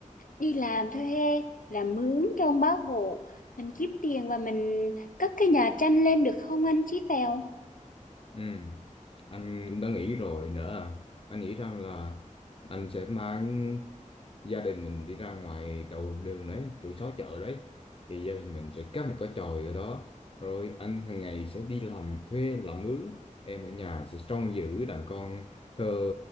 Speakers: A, on the left; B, on the left.
A: đi làm thuê, làm mướn cho ông bá hộ, mình kiếm tiền và mình cất cái nhà tranh lên được không anh Chí Phèo?
B: Ừ, anh cũng đã nghĩ rồi nữa à. Anh nghĩ rằng là anh sẽ mang gia đình mình đi ra ngoài đầu đường đấy chỗ xó chợ đấy thì gia đình mình sẽ cắm một cái chòi ở đó rồi anh hàng ngày sẽ đi làm thuê làm mướn em ở nhà sẽ trông giữ đàn con thơ